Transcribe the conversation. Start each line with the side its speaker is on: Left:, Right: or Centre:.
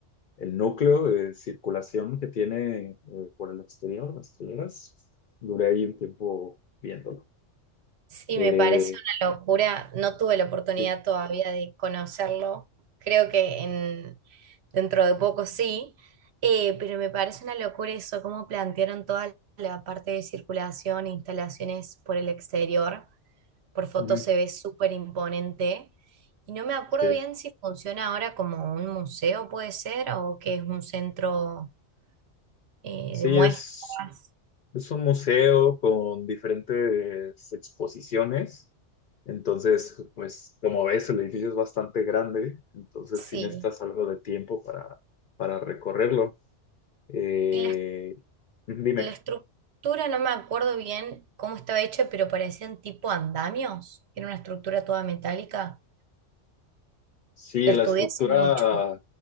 Left: el núcleo de circulación que tiene eh, por el exterior, las hileras. Duré ahí un tiempo viéndolo.
Right: sí,
Left: Eh,
Right: me parece una locura. No tuve la oportunidad
Left: sí,
Right: todavía de conocerlo. Creo que en, dentro de poco sí, Eh, pero me parece una locura eso, cómo plantearon toda la parte de circulación, instalaciones por el exterior. por foto
Left: ujú,
Right: se ve súper imponente. Y no me acuerdo
Left: sí,
Right: bien si funciona ahora como un museo, puede ser, o que es un centro eh,
Left: sí,
Right: de muestras.
Left: es, es un museo con diferentes exposiciones. Entonces, pues como ves, el edificio es bastante grande, entonces
Right: Sí.
Left: sí necesitas algo de tiempo para, para recorrerlo. Eh,
Right: Y la,
Left: dime.
Right: la estructura, no me acuerdo bien cómo estaba hecha, pero parecían tipo andamios. Era una estructura toda metálica.
Left: Sí,
Right: La
Left: la
Right: estudié
Left: estructura,
Right: hace mucho.